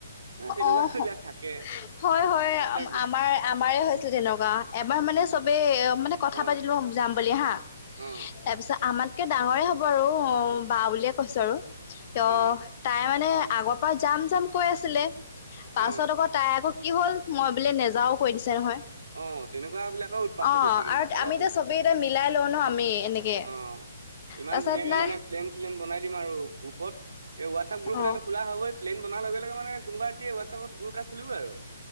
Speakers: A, on the right (about 90°); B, on the left (about 25°).
A: ন তেনেকুৱাবিলাক
B: অ',
A: থাকে।
B: হয় হয়
A: মানুহ বিলাক
B: আমাৰ আমাৰে হৈছিল তেনেকুৱা, এবাৰ মানে চবেই মানে কথা
A: অ
B: পাতিলো যাম বুলি হা,
A: অ
B: তাৰ পিছত আমাৰ কে ডাঙৰে হ'ব আৰু বা বুলিয়ে কৈছো আৰু ত
A: অ
B: তাই মানে- আগৰ পৰা যাম জাম কৈ আছিলে পাছত
A: অ
B: আকৌ তাই আকৌ- কি হ'ল মই বোলে নেজাও কৈ দিছে নহয়।
A: অ তেনেকুৱা বিলাকৰ উৎপাতটো
B: অঁ
A: বেছি কিন্তু
B: আৰু
A: চাবাচোন
B: আমিটো এতিয়া চবেই এতিয়া মিলাই লওঁ ন আমি এনেকে।
A: অ ইমান
B: তাৰপাছত
A: ধুনীয়াকে
B: নাই
A: মানে প্লেন চেলেন বনাই দিম আৰু গ্ৰুপত। এই হোৱাটছ আপ গ্ৰুপ এটাটো
B: অ
A: খোলা হবই প্লেন বনা লগে লগে মানে কোনোবা কি হোৱাটছেপত গ্ৰুপ এটা খুলিবই আৰু।